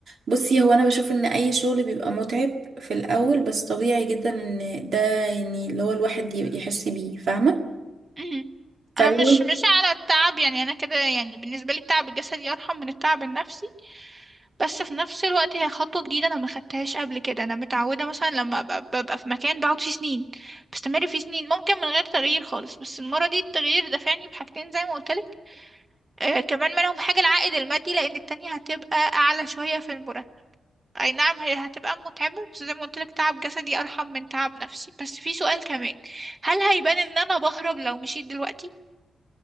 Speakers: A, on the right; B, on the right.
A: بصي هو انا بشوف ان اي شغل بيبقى متعب في الاول بس طبيعي جدا ان ده يعني اللي هو الواحد يحس بيه فاهمه
B: <clears throat> مهم.
A: فلو
B: انا مش مش على التعب يعني انا كده يعني بالنسبة لي التعب الجسدي ارحم من التعب النفسي بس في نفس الوقت هي خطوة جديدة انا ما خدتهاش قبل كده انا متعودة مثلا لما أبقى- ببقى في مكان بقعد فيه سنين بستمر فيه سنين ممكن من غير تغيير خالص بس المرة دي التغيير دفعني بحاجتين زي ما قلت آه، كمان منهم حاجة العائد المادي لأن التانية هتبقى أعلى شوية في المرتب أي نعم هي هتبقى متعبة بس زي ما قلتلك تعب جسدي أرحم من تعب نفسي بس في سؤال كمان هل هيبان إن أنا بهرب لو مشيت دلوقتي؟